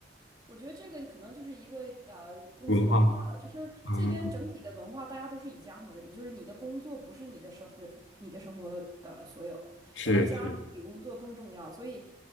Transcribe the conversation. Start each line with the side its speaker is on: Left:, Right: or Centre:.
Right: 我觉得这个可能就是一个呃公司文化了，
Left: 文化
Right: 就是这边整体的文化，
Left: 啊，
Right: 大家都是以家庭为主，就是你的工作不是你的生人，你的生活呃所有，
Left: 是是，
Right: 然后家庭比工作更重要，所以